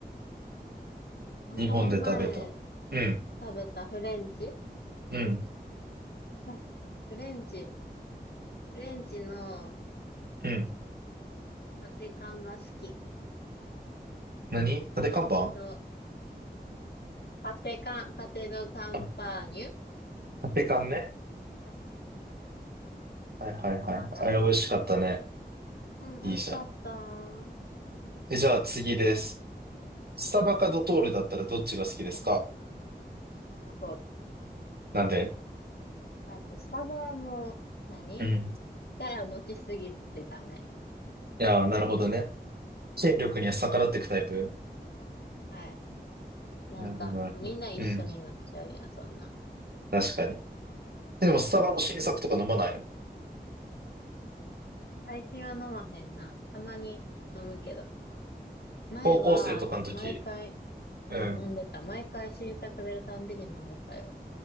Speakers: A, on the left; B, on the right.
A: う。うんこの前
B: 日本で食べた。うん。
A: 食べたフレンチ
B: うん。
A: あフレンチ。フレンチの
B: うん。
A: パテカンが好き。
B: 何立て看板
A: パテド、パテカン、パテドカンパーニュ
B: あ、立て看ね。
A: パ
B: はいはいはい。
A: テカンが好き。
B: あれ美味しかったね。
A: うん、
B: いいじゃん。
A: 美味しかった。
B: え、じゃあ次です。スタバかドトールだったらどっちが好きですか
A: あと
B: なんで
A: だってスタバも、何
B: うん。
A: 力持ちすぎてダメ。
B: いやー、なるほどね。権力には逆らっていくタイプ
A: はい。なんか、
B: なるほど、なるほど。
A: みんな一緒になっちゃうやん、
B: うん。
A: そんな。
B: 確かに。でもスタバの新作とか飲まないの
A: 最近は飲まへんな。たまに飲むけど。前は、
B: 高校生とかの時、
A: 毎回、うん、
B: うん。
A: 飲んでた。毎回新作出るたんびに飲んでたよ。